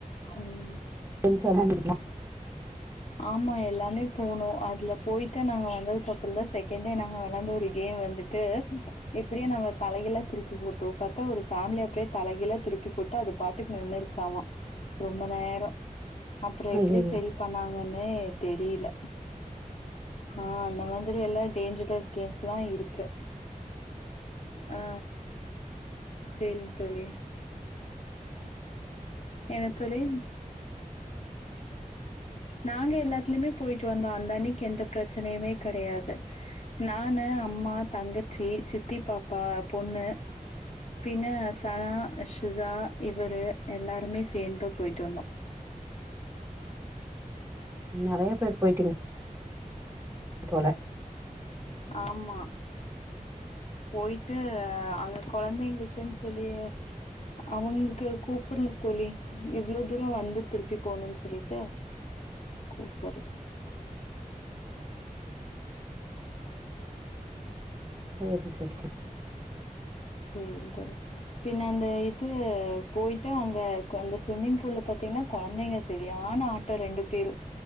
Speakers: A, on the left; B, on the right.
A: ம்..
B: <unintelligible>
A: ஆமா எல்லாமே போணு அதுல போய்ட்டா நாங்க வந்ததுக்கு அப்றோதா செகெண்டே நாங்க வெளாண்டு முடியு நீயு வந்துட்டு, எப்டியு நம்ம தலைகீழா திருப்பி போட்டுரு பாத்தா ஒரு ஃபேமிலி அப்டியே தலைகீழா திருப்பி போட்டு அது, பாட்டுக்கு நின்னுருசாமா ரொம்ப நேரோ அப்றோ எப்டியோ
B: ஐயையோ
A: செரி பண்ணாங்கன்னே தெரில. ஆ அந்த மாதிரி எல்லா டேஞ்சரஸ் கேம்ஸ்லா இருக்கு. ஆ சேரிங் தோழி. என்ன தோழி நாங்க எல்லாத்துலயுமே போய்ட்டு வந்தோ அந்த அன்னைக்கு எந்த பிரச்சனையுமே கெடையாது. நானு, அம்மா, தங்கச்சி, சித்தி பாப்பா பொண்ணு, பின்ன சனா ஷிசா இவரு எல்லாருமே சேந்து போய்ட்டு வந்தோ.
B: ம் நெறய பேர் போயிட்டீங் போல
A: ஆமா போயிட்டு அங்க கொழந்தைங்களுக்குனு, சொல்லியே அவங்களுக்கே கூப்புல தோழி இவ்ளோ தூரோ வந்து திருப்பி போணுன் சொல்லிட்டு, கூப்பர்ல
B: சேரி செரி
A: சேரிங் தோழி பின்ன அந்த இது போயிட்டு அங்க அந்த ஸ்விம்மிங் ஃபூல்ல பாத்தீனா, கொழந்தைங்க சரியான ஆட்டோ ரெண்டு பேரு